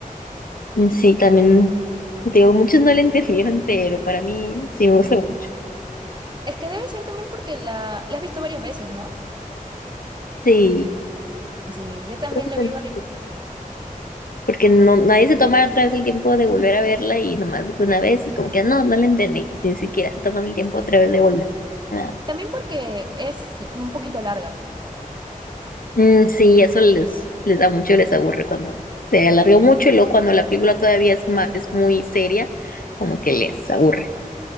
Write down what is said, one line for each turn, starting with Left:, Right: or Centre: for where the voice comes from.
Left: y sí, también, te digo, muchos no le <laughs> entendieron, pero para mí sí me gusta mucho.
Right: Es que debe ser también porque la, la has visto varias veces, ¿no?
Left: Sí,
Right: Sí, yo también
Left: creo que
Right: la
Left: tenemos
Right: vi varias veces.
Left: porque no, nadie se toma otra vez el tiempo de volver a verla y nomás de que una vez y como que no, no la entendí, ni siquiera se toman el tiempo
Right: Sí.
Left: otra vez de volver. Nada.
Right: También porque es un poquito larga.
Left: Mm, sí, eso les, les da mucho y les aburre cuando se alargó mucho y luego cuando la película todavía es, ma- es muy seria, como que les aburre.